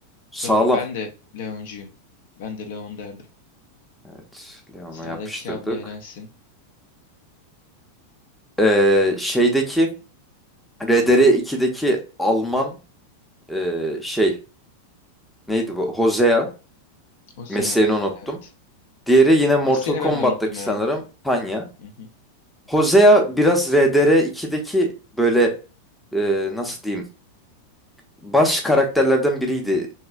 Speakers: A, in the centre; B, on the left (about 55°).
A: Sağlam.
B: Doğru. Ben de Leoncuyum. Ben de Leon derdim.
A: Evet. Leon'u
B: Sağdaki
A: yapıştırdık.
B: abla eğlensin.
A: Ee, şeydeki RDR2'deki Alman e, şey neydi bu? Hosea
B: O Osea.
A: mesleğini unuttum.
B: Evet.
A: Diğeri yine Mortal
B: Mesleğini
A: Kombat'taki
B: ben de unuttum ya.
A: sanırım Tanya.
B: Hı hı.
A: Hosea biraz RDR2'deki böyle e, nasıl diyeyim baş karakterlerden biriydi.